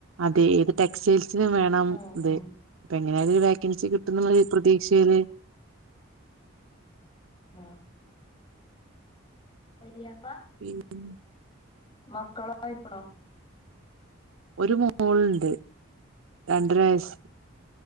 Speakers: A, on the right (about 80°); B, on the left (about 25°).
A: അതെ ഏത് ടെക്സ്റ്റൈൽസിനും വേണം
B: ആഹ്
A: ഇത്..
B: ആഹ്
A: അപ്പൊ എങ്ങനെ ആയാലും ഒരു വെക്കൻസി കിട്ടും എന്നുള്ള പ്രതീക്ഷയില്..
B: ആ ശരിയപ്പ...
A: <unintelligible>
B: മക്കളായ്ക്കാണോ..
A: ഒരു മോളുണ്ട് രണ്ടര വയസ.